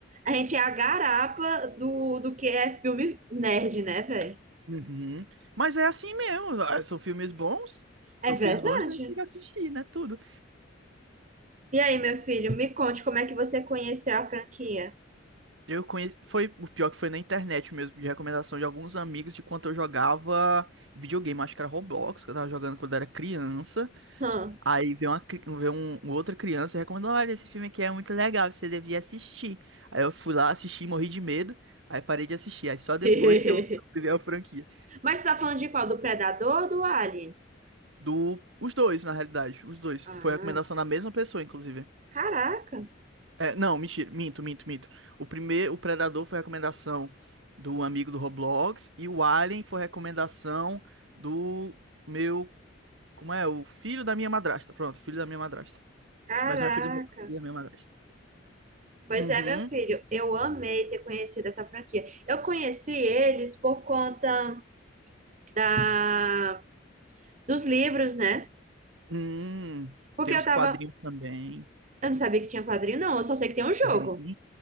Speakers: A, on the right; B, on the right.
A: A gente é a garapa do, do que é filme nerd, né, velho?
B: Uhum. Mas é assim mesmo, ah, são filmes bons,
A: É
B: são
A: verdade.
B: filmes bons, a gente tem que assistir, né? Tudo.
A: E aí, meu filho, me conte como é que você conheceu a franquia.
B: Eu conheci. Foi o pior que foi na internet mesmo, de recomendação de alguns amigos de quando eu jogava videogame, acho que era Roblox, que eu tava jogando quando eu era criança.
A: Hã?
B: Aí veio uma, cri- veio um, uma outra criança e recomendou: olha, esse filme aqui é muito legal, você devia assistir. Aí eu fui lá, assisti, morri de medo, aí parei de assistir. Aí só depois
A: <laughs>
B: que eu vi a franquia.
A: Mas tu tá falando de qual? Do Predador ou do Alien?
B: Do, os dois, na realidade, os dois.
A: Ah,
B: Foi recomendação da mesma pessoa, inclusive.
A: caraca,
B: É, não, mentira, minto, minto, minto. O primeiro, o Predador foi recomendação do amigo do Roblox e o Alien foi recomendação do meu, como é? O filho da minha madrasta. Pronto, filho da minha madrasta.
A: caraca.
B: Mas não é filho do meu- filho da minha madrasta.
A: Pois
B: Uhum.
A: é, meu filho, eu amei ter conhecido essa franquia. Eu conheci eles por conta da... dos livros, né?
B: Hum,
A: Porque
B: tem
A: eu
B: uns
A: tava.
B: quadrinhos também.
A: Eu não sabia que tinha quadrinho, não. Eu só sei que tem um jogo.
B: Tem.